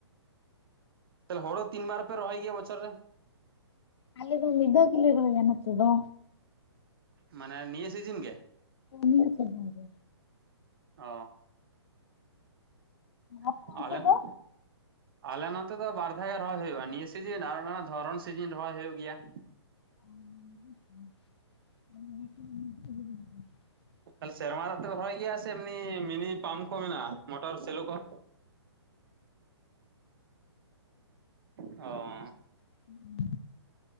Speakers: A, on the right (about 55°); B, on the left (about 70°).
A: ᱛᱟᱦᱞᱮ ᱦᱳᱲᱳ ᱛᱤᱱ ᱵᱟᱨ ᱯᱮ ᱨᱚᱦᱚᱭ ᱜᱮᱭᱟ ᱵᱚᱪᱷᱚᱨ ᱨᱮ?
B: ᱟᱞᱮ ᱫᱚ ᱱᱤᱫᱟᱹ ᱜᱮᱞᱮ ᱨᱚᱦᱚᱭᱟ ᱱᱚᱛᱮ ᱫᱚ᱾
A: ᱢᱟᱱᱮ ᱱᱤᱭᱟᱹ ᱥᱤᱡᱤᱱ ᱜᱮ?
B: ᱱᱤᱭᱟᱹ ᱥᱤᱡᱤᱱ ᱜᱮ᱾
A: ᱚᱻ <unintelligible>
B: ᱟᱯᱮ ᱚᱱᱛᱮ ᱫᱚ
A: ᱟᱞᱮ ᱱᱚᱛᱮ ᱫᱚ ᱵᱟᱨ ᱫᱷᱟᱣ ᱜᱮ ᱨᱚᱦᱚᱭ ᱦᱩᱭᱩᱜ-ᱟ᱾ ᱱᱤᱭᱟᱹ ᱥᱤᱡᱤᱱ ᱟᱨ ᱦᱚ ᱫᱷᱚᱨᱚᱱ ᱥᱤᱡᱤᱱ ᱨᱚᱦᱚᱭ ᱦᱩᱭᱩᱜ ᱜᱮᱭᱟ᱾
B: <inaudible>
A: ᱛᱟᱦᱚᱞᱮ ᱥᱮᱨᱢᱟ ᱫᱟᱜ ᱛᱮ ᱯᱮ ᱨᱚᱦᱚᱭ ᱜᱮᱭᱟ ᱥᱮ ᱮᱢᱱᱤ ᱢᱤᱱᱤ ᱯᱟᱢᱯ ᱠᱚ ᱢᱮᱱᱟᱜ-ᱟ᱾ ᱢᱚᱴᱚᱨ ᱥᱮᱞᱳ ᱠᱚ? ᱚᱻ
B: <inaudible>